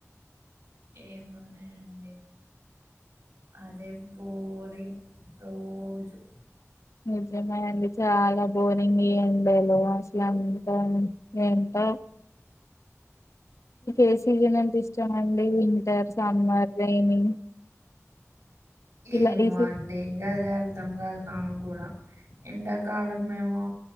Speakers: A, on the right; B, on the left.
A: ఏమున్నాయంండి అదే బోరింగ్ రోజు
B: నిజమే అడి చాలా బోరింగ్ ఎండలో అసలు అంత ఏంటో ఏ సీజన్ అంత ఇష్టమ అండి వింటర్ సమ్మర్ రైనీ ఇలా
A: ఏమో
B: ఈ సీ
A: అండి అదే అర్ధం కాదు నా కూడా ఎండాకాలం మేమో